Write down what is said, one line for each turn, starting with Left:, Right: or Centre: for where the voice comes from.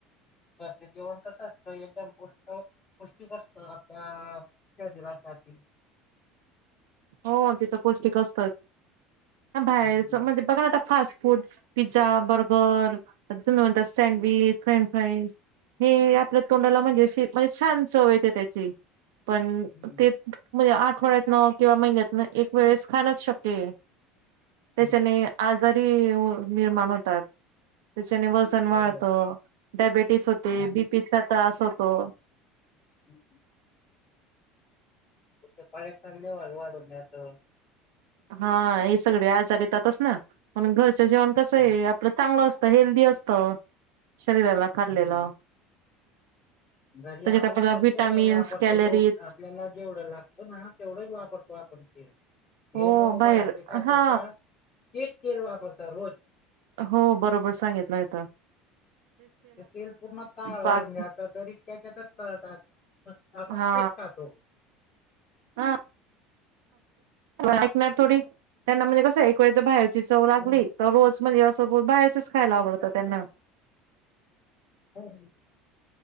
Left: घरच जेवन कसं असतं एकदम पृष्ठ पौष्टिक असत आपल्या शरीरासाठी
Right: हो तिथं पौष्टिक असतचं बाहेरच
Left: हम्म
Right: म्हणजे बघाना आता फास्ट फूड पिझ्झा बर्गर तुम्ही म्हणतात सँडविच फ्रेंच फ्राईस हे आपल्या तोंडाला म्हणजे अशी म्हणजे छान चव येते त्याची पण
Left: हम्म
Right: ते म्हणजे आठवड्यातन किंवा महिन्यातन एक वेळेस खाणच शक्य आहे त्याच्याने
Left: हम्म
Right: आजारी अ निर्माण होतात त्याच्याने वजन
Left: बरोबर
Right: वाढतं डायबेटीस होते
Left: हम्म
Right: बीपीचा त्रास होतो
Left: <unintelligible> तुमचं कोलेस्टेरॉल लेवल वाढवुन येत
Right: हा हे सगळे आजार येतातच ना म्हणुन घरच जेवण कस
Left: हम्म
Right: आहे आपलं चांगलं असत हेल्दी असत शरीराला खाल्लेलं.
Left: हम्म घरी
Right: त्याच्यात
Left: आपण
Right: आपल्याला
Left: स्वच्छ
Right: विटामिन्स
Left: तेल वापरतो
Right: कॅलरीज
Left: रोज आपल्याला जेवढ लागत ना तेवढेच वापरतो आपण तेल हे
Right: हो
Left: लोक
Right: बाहेर
Left: बाहेरचे काय
Right: हा
Left: करता ते तेल वापरता रोज
Right: हो बरोबर सांगितलं हेेत
Left: ते तेल पूर्ण काळ होउनं
Right: पाक
Left: जात तरी त्याच्यातचं तळंतात आपण
Right: हा
Left: तेच खातो.
Right: हा ऐकणार थोडी त्यांना म्हणजे कसं एक वेळेच बाहेर चव लागली
Left: हम्म.
Right: तर रोज म्हणजे असं रज बाहेरच्याचं खायला आवडतं त्यांना
Left: हो.